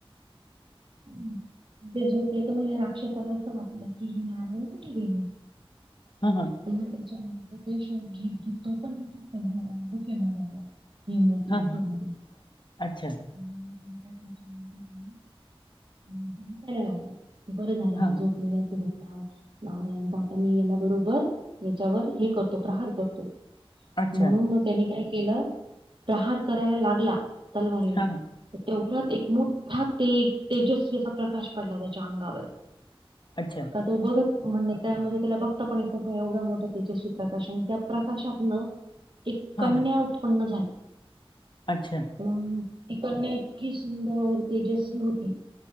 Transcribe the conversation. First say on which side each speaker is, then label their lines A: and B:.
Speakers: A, on the right; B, on the left.
A: <inaudible> तेे झोपले त म ह्यां राक्षसाला असं वाटलं की ही मारायला कुठे गेली.
B: हा हा!
A: व त्याच्यानंतर ते शोध घेत घेत तो पण तिथे त्या गु-गुफेमध्ये आला. हिमवती हिमवती
B: हां
A: गुफेमध्ये
B: हां अच्छा
A: मध्ये <unintelligible> मंग तो उठायला लागला बरं झाला
B: हां
A: हा झोपलेला.
B: हां
A: <unintelligible> नारायण त आता मी याला बरोबर याच्यावर हे करतो प्रहार करतो.
B: अच्छा
A: म्हणून मग त्यानी काय केलं प्रहार करायला लागला तलवारीनी.
B: हां हां
A: त तेवढ्या एक मोठा ते-तेजस्वी असा प्रकाश पडला त्याच्या अंगावर.
B: अच्छा!
A: आ तो बघत म्हण त्या म्हणजे त्याला बघता पण येत नव्हतं एवढं मोठा तेजस्वी प्रकाश आणि त्या प्रकाशातन एक
B: हां
A: कन्या
B: हां
A: उत्पन्न झाली.
B: अच्छा!
A: मंग ती कन्या इतकी सुंदर तेजस्वी होती!